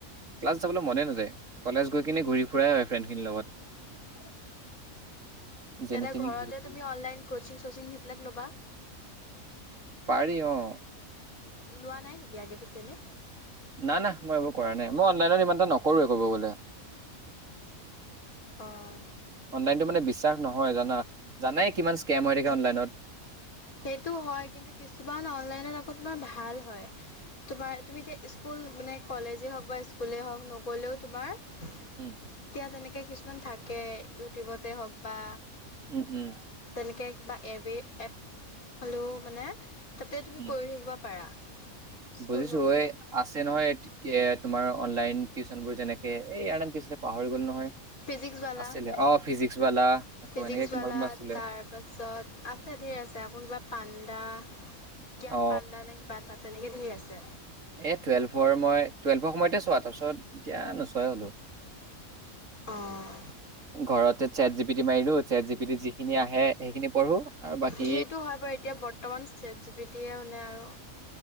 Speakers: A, on the right; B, on the left.
A: ক্লাছ যাবলৈ মনে নাযায়। কলেজ গৈ কিনে ঘূৰি ফুৰাই হয় ফ্ৰেণ্ড খিনিৰ লগত। যেনি
B: তেনে
A: তেনি
B: ঘৰতে
A: ঘূৰি ফুৰি
B: তুমি অনলাইন কচিং চচিং সেইবিলাক ল'বা।
A: পাৰি অঁ।
B: লোৱা নাই নেকি আগে পিছে এনে।
A: নাই না মই এইবোৰ কৰা নাই মই অনলাইনত ইমান এটা নকৰো কব গলে।
B: অ'
A: অনলাইনতটো মানে বিশ্বাস নহয় জানা। জানে কিমান স্কেম হৈ থাকে অনলাইনত।
B: সেইটো হয় কিন্তু কিছুমান অনলাইনত আকৌ তোমাৰ ভাল হয়। তোমাৰ তুমি এতিয়া স্কুল মানে কলেজে হওঁক বা স্কুলে হওঁক নগলেও তোমাৰ
A: উম
B: এতিয়া তেনেকে কিছুমান থাকে, ইউটিউবতে হওক বা
A: উম উম
B: এনেকে কিবা এব এপ হলো মানে তাতে তুমি
A: উম
B: কৰি থাকিবা পাৰা। স্কুল
A: বুজিছো
B: নগ'লেও
A: ঐ আছে নহয় কে। তোমাৰ অনলাইন টিউচন বোৰ যেনেকে এই ইয়াৰ নাম কি হৈছিলে পাহৰি গ'লো নহয়।
B: ফিজিক্সবালা
A: আছিলে অ ফিজিক্স বালা আকৌ
B: ফিজিক্সবালা
A: এনেকে কোনোবা কোনোবা আছিলে
B: তাৰপাছত আছে ধেৰ আছে আকৌ কিবা পাণ্ডা জ্ঞান
A: অ
B: পাণ্ডা নে কিবা এটা তেনেকে ধেই আছে।
A: এ টুৱেলভৰ মই টুৱেলভৰ সময়তে চোৱা তাৰপিছত এতিয়া নোচোয়াই হলো।
B: অঁ
A: ঘৰতে চেট জি পিটি মাৰি দিও চেট জি পিটি যিখিনি আহে সেইখিনি পঢ়ো। আৰু বাকী
B: সেইটো হয় বাৰু এতিয়া বৰ্তমান চেট জি পিটিয়ে মানে আৰু